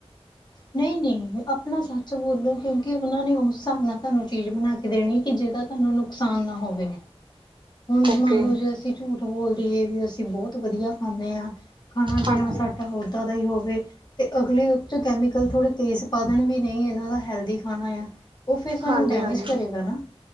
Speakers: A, on the left (about 40°); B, on the right (about 50°).
A: ਨਹੀਂ-ਨਹੀਂ ਆਪਣਾ ਸੱਚ ਬੋਲੋ। ਕਿਉਂਕਿ ਉਹਨਾਂ ਨੇ ਉਸ ਹਿਸਾਬ ਨਾਲ ਤੁਹਾਨੂੰ ਚੀਜ਼ ਬਣਾ। ਦੇਣੀ। ਕਿ ਜਿਹਦਾ ਤੁਹਾਨੂੰ ਨੁਕਸਾਨ ਨਾ ਹੋਵੇ। ਹੁਣ
B: ਓਕੇ
A: ਮੰਨ ਲਓ। ਜੇ ਅਸੀਂ ਝੂਠ ਬੋਲਦੀਏ ਵੀ ਅਸੀਂ ਬਹੁਤ ਵਧੀਆ ਖਾਂਦੇ ਆ। ਖਾਣਾ-ਪੀਣਾ
B: ਹਾਂਜੀ
A: ਸਾਡਾ ਉੱਦਾਂ ਦਾ ਹੀ ਹੋਵੇ। ਤੇ ਅਗਲੇ ਉਹ 'ਚ ਕੈਮੀਕਲ ਥੋੜ੍ਹੇ ਤੇਜ਼ ਪਾਧਨ ਵੀ ਨਹੀਂ ਹੈਨਾ। ਇਹਨਾਂ ਦਾ ਹੈਲਦੀ ਖਾਣਾ ਆ। ਉਹ ਫਿਰ ਸਾਨੂੰ
B: ਹਾਂਜੀ
A: ਡੈਮੇਜ
B: ਹਾਂਜੀ
A: ਕਰੇਗਾ ਨਾ।